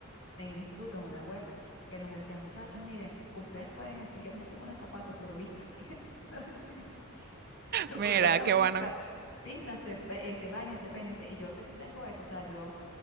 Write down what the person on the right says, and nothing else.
Mira,
qué bueno